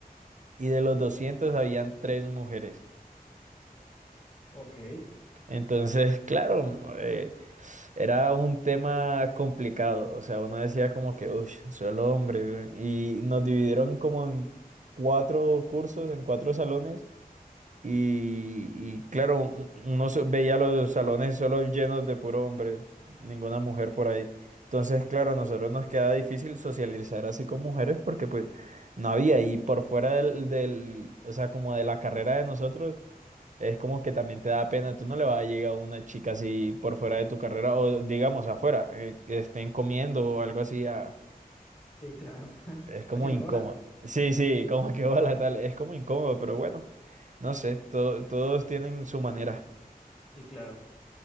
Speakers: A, on the right; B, on the left.
A: y de los 200 habían tres mujeres.
B: ok,
A: Entonces, claro, eh, era un tema complicado. O sea, uno decía como que, uff, solo hombre. Y nos dividieron como en cuatro cursos, en cuatro salones. Y, y claro, un- uno se- veía los salones solo llenos de puro hombre, ninguna mujer por ahí. Entonces, claro, a nosotros nos quedaba difícil socializar así con mujeres porque pues no había. Y por fuera del, del, o sea, como de la carrera de nosotros es como que también te da pena, tú no le vas a llegar a una chica así por fuera de tu carrera o digamos afuera, eh, que estén comiendo o algo así, ah,
B: sí, claro.
A: es como
B: Así
A: incómodo.
B: lo, hola,
A: Sí, sí, como que <laughs> hola tal, es como incómodo, pero bueno, no sé, to- todos tienen su manera.
B: sí, claro.